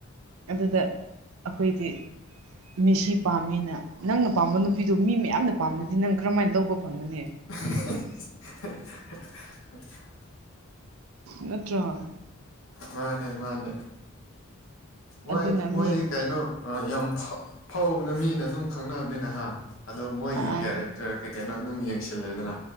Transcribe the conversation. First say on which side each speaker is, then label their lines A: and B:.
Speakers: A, on the right; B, on the left.
A: ꯑꯗꯨꯗ ꯑꯩꯈꯣꯏꯗꯤ ꯃꯤꯁꯤ ꯄꯥꯝꯃꯤꯅ ꯅꯪꯅ ꯄꯥꯝꯕ ꯅꯨꯄꯤꯗꯣ ꯃꯤ ꯃꯌꯥꯝꯅ ꯄꯥꯝꯅꯗꯤ ꯅꯪ ꯀꯔꯝꯍꯥꯏꯅ ꯂꯧꯕ ꯐꯪꯒꯅꯤ
B: <unintelligible>
A: ꯅꯠꯇ‍꯭ꯔꯣ
B: ꯃꯥꯅꯦ ꯃꯥꯅꯦ
A: ꯑꯗꯨꯅ
B: ꯍꯣꯏ
A: ꯃꯤ
B: ꯃꯣꯏꯗꯤ ꯀꯩꯅꯣ ꯌꯥꯝ ꯐꯥꯎꯕꯅ ꯃꯤꯅ ꯑꯗꯨꯝ ꯈꯪꯅꯕꯅꯤꯅ ꯍꯥ ꯑꯗꯣ ꯃꯣꯏꯒꯤ
A: ꯑꯥ
B: ꯀꯦꯔꯦꯛꯇꯔ ꯀꯩ ꯀꯩꯅ‌ꯣ ꯑꯗꯨꯝ ꯌꯦꯡꯁꯤꯜꯂꯦꯗꯅ